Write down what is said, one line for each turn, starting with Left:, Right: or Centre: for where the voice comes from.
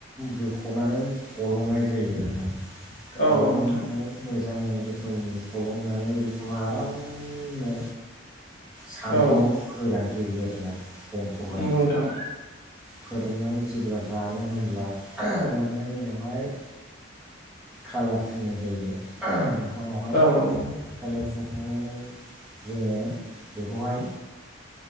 Centre: दोख'नानै फलंनाय जायो आरोना।
Left: औ
Centre: फलंनानै
Left: नंगौ नोंथां
Centre: मोजां रोखोम फलंनानै बेखौहाय आरामनो सानदुङाव
Left: औ
Centre: फोरानग्रोयो आरोना गनखौहाय
Left: नंगौ नोंथां
Centre: फोराननानै जेब्ला रानो होमब्ला राननायनि उनावहाय कालार फुनाय जायो दंफाङावहाय
Left: औ नंगौ
Centre: खालाव सुंखांनानै जोङो बेखौहाय